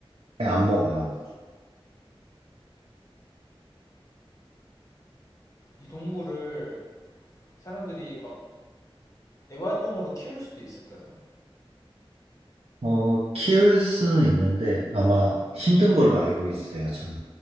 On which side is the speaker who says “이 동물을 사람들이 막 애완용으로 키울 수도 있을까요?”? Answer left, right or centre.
Left